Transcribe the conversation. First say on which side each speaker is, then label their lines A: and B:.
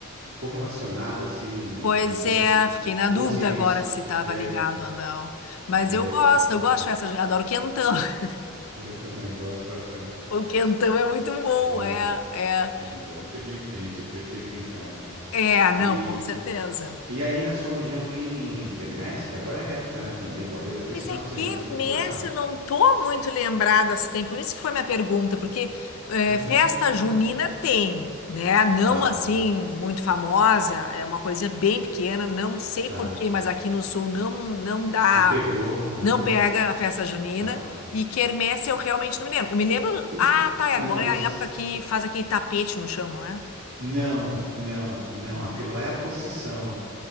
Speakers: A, on the right; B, on the left.
A: correlacionadas, assim,
B: Pois
A: em sentido.
B: é, fiquei na
A: Ou
B: dúvida
A: se isso.
B: agora se estava
A: É,
B: ligado ou não. Mas
A: é,
B: eu gosto,
A: ficou a dúvida.
B: eu gosto de festa junina, adoro quentão. <laughs>
A: <laughs> Eu também gosto bastante.
B: O quentão é muito bom,
A: É,
B: é, é.
A: é melhor do que vinho quente. Eu prefiro quentão.
B: É, não,
A: E,
B: com certeza.
A: e aí, na sua região tem quermesse, que agora é época, né? Também. Talvez até esse
B: Mas
A: final
B: é
A: de semana,
B: quermesse,
A: se procurar, acha.
B: eu não tô muito lembrada se tem, por isso que foi minha pergunta, porque é,
A: Ah,
B: festa junina tem, né? Não
A: tá,
B: assim muito famosa, é uma coisa bem pequena, não sei
A: tá.
B: por quê, mas aqui no sul não não dá,
A: Não pegou? Aham,
B: não pega a festa junina.
A: tá.
B: E quermesse eu realmente não me lembro. Eu me lembro,
A: Então,
B: ah, tá, e agora
A: você.
B: é a época que faz aquele tapete no chão, não é?
A: Não, não, ah, não.
B: Não
A: Aquilo
B: é.
A: lá
B: <laughs>
A: é a posição.